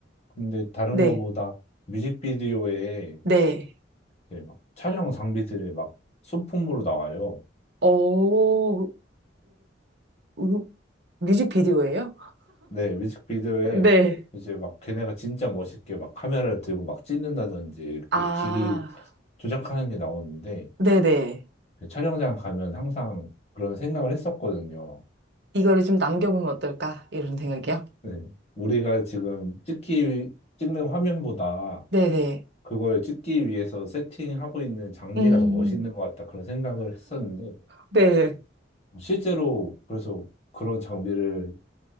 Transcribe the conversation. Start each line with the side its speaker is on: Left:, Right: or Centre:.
Left: 근데 다른
Right: 네.
Left: 거보다 뮤직비디오에
Right: 네.
Left: 이제 막 촬영 장비들이 막 소품으로 나와요.
Right: 어, 음, 뮤직비디오예요?
Left: 네, 뮤직비디오에
Right: 네.
Left: 이제 막 걔네가 진짜 멋있게 막 카메라를 들고 막 찍는다든지 이렇게
Right: 아,
Left: 기기 조작하는 게 나오는데
Right: 네네.
Left: 그 촬영장 가면 항상 그런 생각을 했었거든요.
Right: 이거를 좀 남겨보면 어떨까? 이런 생각이요?
Left: 네, 우리가 지금 찍기, 찍는 화면보다
Right: 네네.
Left: 그걸 찍기 위해서 세팅하고 있는 장비가
Right: 음,
Left: 더 멋있는 것 같다 그런 생각을 했었는데
Right: 네.
Left: 실제로 그래서 그런 장비를